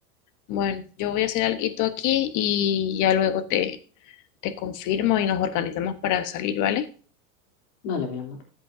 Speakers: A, on the left; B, on the left.
A: Bueno, yo voy a hacer alguito aquí y ya luego te, te confirmo y nos organizamos para salir, ¿vale?
B: Vale, mi amor.